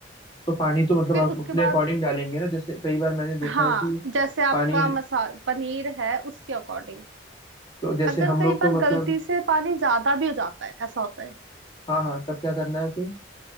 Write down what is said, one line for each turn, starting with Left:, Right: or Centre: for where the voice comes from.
Left: तो पानी तो मतलब
Right: फिर
Left: आप
Right: उसके
Left: अपने
Right: बाद
Left: अकॉर्डिंग डालेंगे ना जैसे कई बार मैंने देखा
Right: हाँ
Left: है कि
Right: जैसे आपका
Left: पानी
Right: मसा पनीर है उसके अकॉर्डिंग
Left: तो जैसे
Right: अगर
Left: हम
Right: कई
Left: लोग तो
Right: बार
Left: मतलब
Right: गलती से पानी ज्यादा भी हो जाता है ऐसा होता है
Left: हाँ हाँ तब क्या करना है फिर